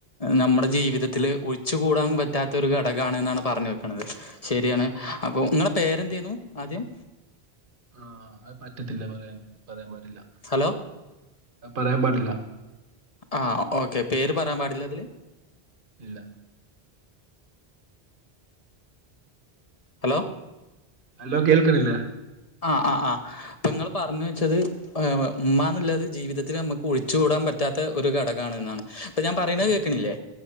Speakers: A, on the left; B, on the right.
A: നമ്മുടെ ജീവിതത്തില് ഒഴിച്ചു കൂടാൻ പറ്റ് ത്ത ഒരു ഘടകാണ് എന്നാണ് പറഞ്ഞ് വെക്ക്ണത് ശരിയാണ് അപ്പൊ നിങ്ങളെ പേരെന്തേരുന്നൂ ആദ്യം
B: ആ അത് പറ്റത്തില്ലാ പറയാൻ പറയാൻ പാടില്ലാ
A: ഹലോ
B: പറയാൻ പാടില്ലാ
A: ആ ഓക്കെ പേര് പറയാൻ പാടില്ലാ ഇതിൽ
B: ഇല്ലാ
A: ഹലോ
B: ഹലോ കേൾക്കണില്ലേ
A: ആഹ് ആ ആ ഇപ്പൊ ഇങ്ങള് പറഞ്ഞ് വെച്ചത് ഉമ്മാ നില്ലത് ജീവിതത്തില് നമുക്ക് ഒഴിച്ചു കൂടാൻ പറ്റാ പറ്റാത്ത ഒരു ഘടകാണ് എന്നാണ് ഇപ്പൊ ഞാൻ പറയ്‌ണത്
B: അതെ.
A: കേൾക്ക്ണില്ലേ